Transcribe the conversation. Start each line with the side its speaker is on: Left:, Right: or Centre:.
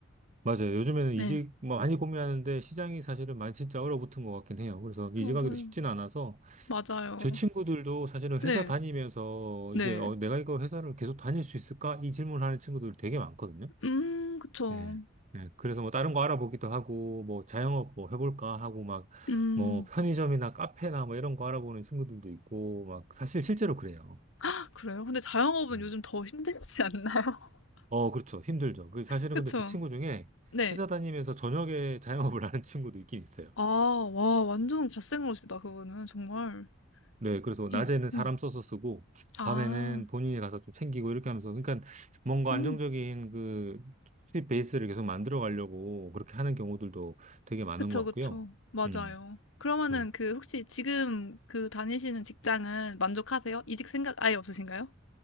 Right: 맞아요. 요즘에는 이직
Left: 네,
Right: 뭐 많이 고민하는데 시장이 사실은 많이 진짜 얼어붙은 것 같긴 해요. 그래서 이직하기도
Left: 맞아요.
Right: 쉽진 않아서
Left: 맞아요.
Right: 제 친구들도 사실은 회사
Left: 네,
Right: 다니면서
Left: 네.
Right: 이제 어, 내가 이거 회사를 계속 다닐 수 있을까? 이 질문하는 친구들이 되게 많거든요.
Left: 음, 그쵸.
Right: 예. 예. 그래서 뭐 다른 거 알아보기도 하고 뭐 자영업 뭐 해볼까 하고 막
Left: 음,
Right: 뭐 편의점이나 카페나 뭐 이런 거 알아보는 친구들도 있고 막 사실 실제로 그래요.
Left: 아, 그래요. 근데 자영업은
Right: 음.
Left: 요즘 더 힘들지 않나요? <laughs>
Right: 어, 그렇죠. 힘들죠. 그 사실은
Left: 그쵸.
Right: 근데 제 친구 중에
Left: 네.
Right: 회사 다니면서 저녁에 자영업을 <laughs> 하는 친구도 있긴 있어요.
Left: 아, 와, 완전 갓생러시다, 그분은. 정말.
Right: 네, 그래서 낮에는
Left: 예,
Right: 사람
Left: 예.
Right: 써서 쓰고,
Left: 아,
Right: 밤에는 본인이 가서 좀 챙기고 이렇게 하면서, 그러니까 뭔가
Left: 음.
Right: 안정적인 그 수입 베이스를 계속 만들어 가려고 그렇게 하는 경우들도 되게 많은
Left: 그쵸,
Right: 것 같고요.
Left: 그쵸. 맞아요.
Right: 음,
Left: 그러면은
Right: 음.
Left: 그 혹시 지금 그 다니시는 직장은 만족하세요? 이직 생각 아예 없으신가요?